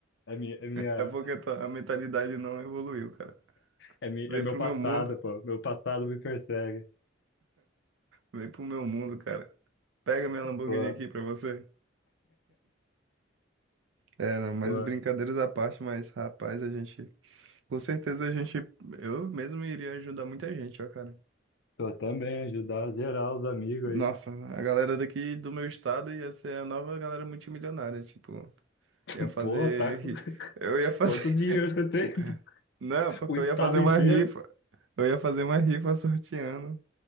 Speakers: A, on the left (about 60°); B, on the right (about 70°).
A: é minha, é minha
B: É porque tá- a mentalidade não evoluiu, cara.
A: É, mi-
B: Vem
A: é meu
B: pro
A: passado,
B: meu mundo,
A: pô. Meu passado me persegue.
B: vem pro meu mundo, cara. Pega minha Lamborghini
A: Pô,
B: aqui pra você. É, não, mas
A: pô,
B: brincadeiras à parte, mas rapaz, a gente. Com certeza a gente. Eu mesmo iria ajudar muita gente, ó, cara.
A: tô também ajudar geral os amigos
B: Nossa,
A: aí.
B: a galera daqui do meu estado ia ser a nova galera multimilionária, tipo.
A: <laughs>
B: Ia fazer.
A: Porra, tá. com-
B: ri-
A: <laughs>
B: Eu ia fazer.
A: Quanto dinheiro você tem?
B: <laughs>
A: <laughs>
B: Não, porque
A: O estado
B: eu ia fazer uma
A: inteiro?
B: rifa. Eu ia fazer uma rifa sorteando.